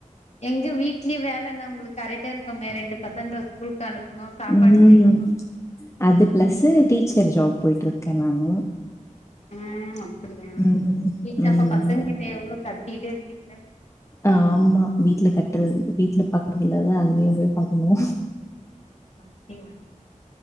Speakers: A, on the left; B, on the left.
A: எங்க வீட்லயே வேல என்ன உங்களுக்கு கரெக்டா இருக்குமே ரெண்டு பசங்கல ஸ்கூலுக்கு அனுப்பணு சாப்பாடு
B: ம்
A: செய்யணு
B: அது ப்ளஸு டீச்சர் ஜாப் போய்ட்டு இருக்க நானு
A: ம் அப்பிடியா
B: ம்
A: டீச்
B: ம்
A: அப்ப பசங்ககிட்ட எவ்ளோ கத்திட்டே இருப்பீங்கள
B: ஆமா வீட்ல கத்றது வீட்ல பாக்குறது இல்லாத அங்கயு போய் பாக்கணு
A: அப்பிடியா